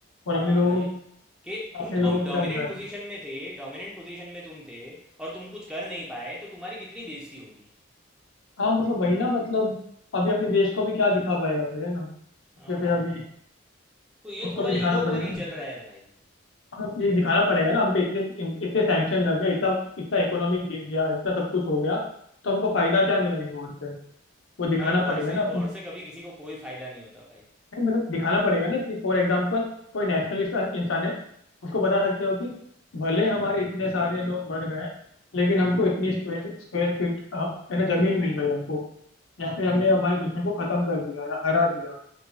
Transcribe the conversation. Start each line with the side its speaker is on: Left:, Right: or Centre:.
Left: और
Centre: हाँ
Left: अपने लोगों
Centre: भाई
Left: को
Centre: कि तुम
Left: अपने लोगों को
Centre: डोमिनेंट
Left: क्या दिखाएगा
Centre: पोजीशन में थे डोमिनेंट पोजीशन में तुम थे और तुम कुछ कर नहीं पाए तो तुम्हारी कितनी बेइज्जती होगी
Left: हाँ मतलब वही ना मतलब अभी अपने देश को भी क्या दिखा पाएगा फिर है ना
Centre: हाँ
Left: फिर फिर अभी
Centre: हाँ, तो ये
Left: उनको
Centre: थोड़ा
Left: भी दिखाना
Centre: ईगो वॉर
Left: पड़ेगा
Centre: ही
Left: ना
Centre: चल रहा है भाई
Left: हमें ये दिखाना पड़ेगा ना हम पे इतने इतने सैंक्शन लग गए इतना इतना इकोनॉमी गिर गया इतना सब कुछ हो गया तो हमको फायदा क्या मिला इस वॉर से वो दिखाना
Centre: भाई वॉर
Left: पड़ेगा
Centre: से
Left: ना
Centre: वॉर से कभी किसी को कोई फायदा नहीं होता भाई
Left: नहीं मतलब दिखाना पड़ेगा ना कि फॉर एग्जाम्पल कोई नेशनलिस्ट इंसान है उसको बता सकते हो कि भले हमारे इतने सारे लोग मर गए लेकिन हमको इतनी स्क्वायर स्क्वायर फीट है ना जमीन मिल गई हमको या फिर हमने हमारे दुश्मन को खत्म कर दिया या हरा दिया